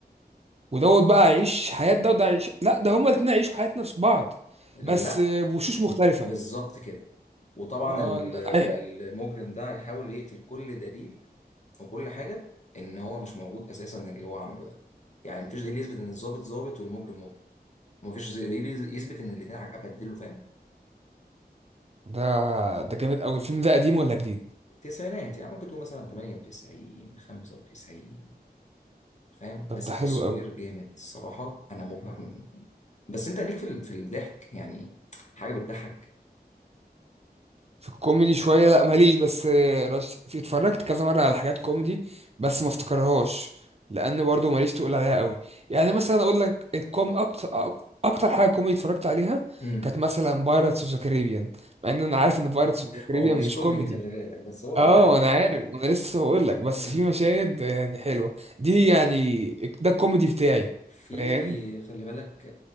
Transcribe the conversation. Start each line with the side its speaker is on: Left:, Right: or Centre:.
Right: ودوت بقى عيش حياة ده وده عيش لا ده هما الاتنين عيشوا حياة نفس بعض
Left: لا
Right: بس آه، بوشوش مختلفة
Left: بالظبط كده وطبعا
Right: اه
Left: ال-
Right: اه ن- ن-
Left: المجرم ده هيحاول يقتل كل دليل وكل حاجه ان هو مش موجود اساسا اللي هو عمله ده يعني مفيش دليل يثبت ان الظابط ظابط والمجرم مجرم مفيش دليل يثبت ان الاثنين بدلوا فاهم
Right: ده ده جامد قوي الفيلم ده قديم ولا جديد
Left: التسعينات يعني ممكن تقول مثلا 98 95 فاهم
Right: طب
Left: بس
Right: ده
Left: تصوير
Right: حلو قوي
Left: جامد الصراحه انا مبهر منه بس انت ليك في ال... في الضحك يعني حاجه بتضحك
Right: في الكوميدي شوية لا ماليش بس رش... في اتفرجت كذا مرة على حاجات كوميدي بس ما افتكرهاش لأن برضو ماليش تقول عليها قوي يعني مثلا أقول لك الكوم أكتر أك- أكتر حاجة كوميدي اتفرجت عليها
Left: امم
Right: كانت مثلا بايرتس اوف ذا كاريبيان مع إن أنا عارف إن بايرتس اوف ذا كاريبيان
Left: هو مش
Right: مش
Left: كوميدي
Right: كوميدي
Left: خلي بالك بس هو
Right: اه
Left: فيه ضحك
Right: انا عارف انا لسه بقول لك بس
Left: امم
Right: في مشاهد يعني حلوه دي يعني ده الكوميدي بتاعي
Left: في
Right: فاهم
Left: خلي بالك